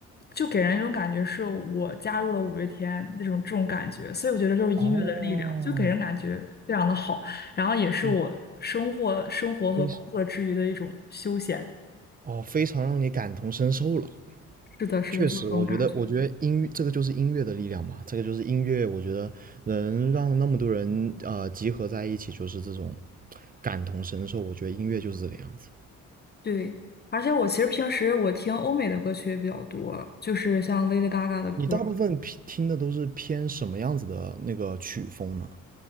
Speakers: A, on the left (about 35°); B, on the right (about 30°).
A: 就给人一种感觉是我加入了五月天那种这种感觉，所以我觉得就是音乐的力量，
B: 哦，
A: 就给人感觉非常的好，然后也是我生活生活和工作之余的一种休闲。
B: 嗯非常哦，非常让你感同身受了。
A: 是的，是的，
B: 确实，
A: 就是这种感觉。
B: 我觉得，我觉得音乐这个就是音乐的力量嘛，这个就是音乐，我觉得能让那么多人呃集合在一起，就是这种感同身受。我觉得音乐就是这个样子。
A: 对，而且我其实平时我听欧美的歌曲也比较多，就是像 Lady Gaga 的歌，
B: 你大部分偏听的都是偏什么样子的那个曲风呢？